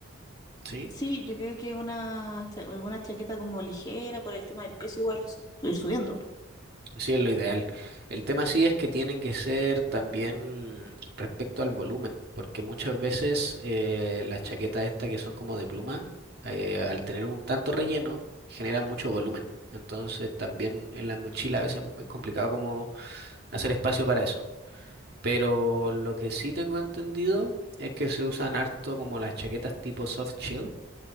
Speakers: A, on the right (about 50°); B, on the left (about 20°).
A: Sí,
B: sí, yo creo que una, cha- alguna chaqueta como ligera por el tema del peso igual su- ir subiendo. po.
A: sí es lo ideal. El tema sí es que tienen que ser también respecto al volumen, porque muchas veces eh, las chaquetas estas que son como de pluma, eh, al tener un tanto relleno, generan mucho volumen. Entonces también en la mochila a veces es complicado como hacer espacio para eso. Pero lo que sí tengo entendido es que se usan harto como las chaquetas tipo soft shell,